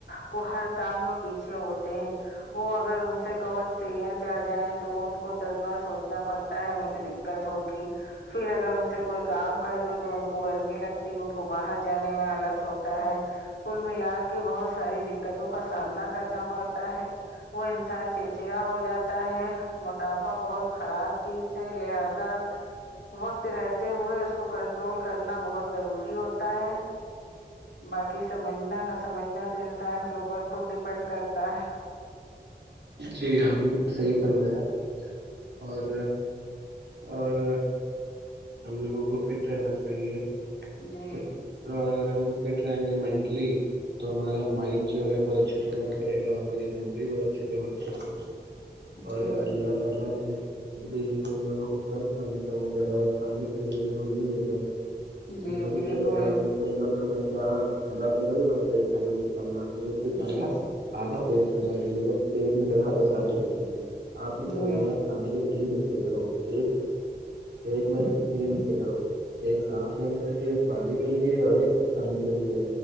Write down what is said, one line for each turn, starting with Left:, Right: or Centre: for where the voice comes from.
Left: کو ہر کام میں پیچھے ہوتے ہے وہ اگر ان سے کہچ سیڑیاں چڑھ جائیں تو ان کو دس بار سوچنا پڑتا ہے مجھے دقت ہوگی پھر اگر ان سے کوئی کام کر دو تو ان کو گرمی لگتی ان کو باہر جانے میں آلس ہوتا ہے کل ملا کے بہت ساری دقتوں کا سامنا کرنا پڑتا ہے وہ انسان چڑچڑا ہو جاتا ہے موٹاپا بہت خراب چیز ہے لہذا وقت رہتے ہوئے کو کنٹرول کرنا بہت ضروری بھی ہوتا ہے باقی سمجھنا نہ سمجھنا تو انسان کے اوپر خود ڈیپینڈ کرتا ہے
Right: جی آپ صحیح فرمایا اور اور ہم لوگوں کو فٹ رہنا چاہیے
Left: جی
Right: <unintelligible> ہم لوگ فٹ رہینگے منتقلی تو ہمارا مند جو ہے وہ اچھے سے ورک کریگا اور ہماری میموری بہت اچھے سے ورک کریگا اور
Left: جی
Right: اللہ
Left: جی
Right: تعالی نے ابی ہم لوگوں کو کم کھانے کا وہ کراج کھانے کے لیے جب بھی ملتا ہے
Left: جی
Right: نبی
Left: بالکل
Right: سللاللہو علیہ وسلم ہمیں ہیں میں اب کبھی بھر پیٹ کھانا بھی کہونگا میں جب بھی
Left: جی
Right: کہونگا
Left: جی
Right: آدھا پیٹ کہونگا مطلب پیٹ میں جگہ بچا کے رکھیے اپنے
Left: جی
Right: فرمایا کھانے میں تین حصے کاری ایک ایک میں تین سے کروں ایک سانس لینے کے لیے ایک پانی کے لیے اور ایک کھانے کے لیے